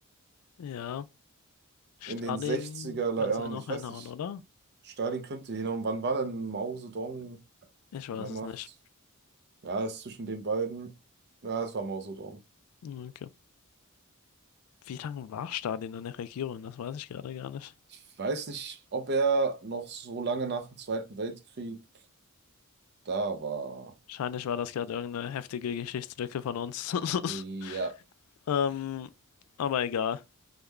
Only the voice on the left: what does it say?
Ja, Stalin,
kannst
du ja noch
hinhauen,
oder?
Ich weiß
es nicht.
Okay. Wie lange war Stalin in der Regierung? Das weiß ich gerade gar nicht.
Wahrscheinlich war das gerade irgendeine heftige Geschichtslücke von uns.
<laughs> Ähm, aber egal.